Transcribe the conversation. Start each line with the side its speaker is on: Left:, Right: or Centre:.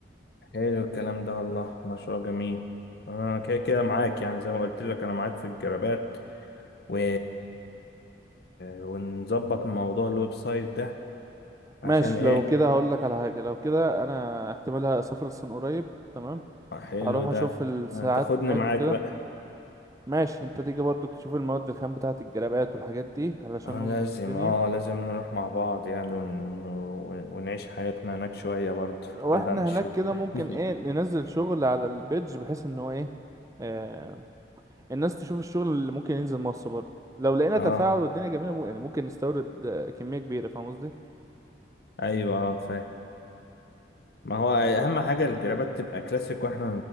Left: حلو الكلام ده والله مشروع جميل انا كده كده معاك يعني زي ما قلت لك انا معاك في الجرابات و... ونظبط موضوع الويب سايت ده
Right: ماشي
Left: عشان ايه
Right: لو كده هقول لك على حاجة لو كده انا احتمال اسافر الصين قريب تمام
Left: آه، حلو
Right: هروح
Left: ده
Right: اشوف الساعات
Left: ما تاخدني
Right: هناك
Left: معاك
Right: وكده
Left: بقى
Right: ماشي انت تيجي برضو تشوف المواد الخام بتاعة الجلابات والحاجات دي علشان
Left: آه،
Right: نظبط
Left: لازم
Right: الدنيا
Left: اه لازم نروح مع بعض يعني ون... ون- ونعيش حياتنا هناك شوية برضه
Right: واحنا
Left: بعيد عن الشغل
Right: هناك كده
Left: <laughs>
Right: ممكن ايه ننزل شغل على البيدج بحيث ان هو ايه آه الناس تشوف الشغل اللي ممكن ينزل مصر برضه لو لقينا
Left: اه
Right: تفاعل والدنيا جميلة ممكن يعني ممكن نستورد آه، كمية كبيرة فاهم قصدي
Left: ايوه اه فاهم ما هو اهم حاجة الجرابات تبقى كلاسيك واحنا